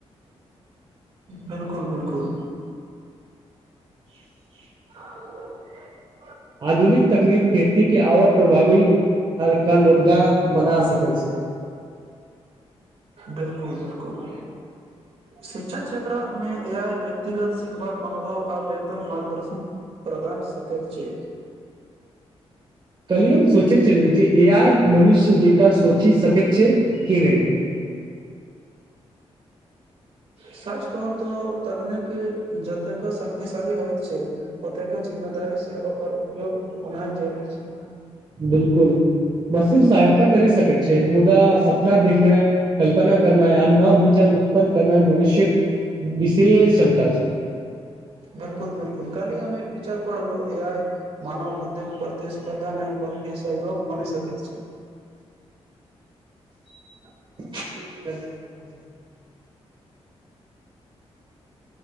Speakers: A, on the right (about 65°); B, on the right (about 45°).
A: बिलकुल बिलकुल आ
B: आधुनिक तकनीक खेती के आओर प्रभावी कअ लोग दान बना सकै छै
A: बिल्कुल बिल्कुल शिक्षा क्षेत्रमे ए आइ व्यक्तिगत सिखबाक अनुभव आ बेहतर मार्गदर्शन प्रदान सकैत छी
B: कहलियन सोचै छलहु जे ए आइ मनुष्य जे सोचि सकैत छिये कि नहि <inaudible>
A: सच कहू तऽ तकनीकी जतेको शक्तिशाली होइत छै ओतेके जिम्मेदारी से ओकर उपयोग होनाइ जरूरी छै
B: बिलकुल बस सहायता करि सकै चियै मुदा सपना देखनाइ कल्पना करनाइ आ नव विचार उठ उत्पन्न करनाइ मनुष्यक विषेश क्षमता छै
A: बिल्कुल बिल्कुल कहलि हम एक विचार पर ए आइ मानव बुद्धि प्रतिस्पर्धा नहि बल्कि सहयोग बनि सकै छी
B: <unintelligible>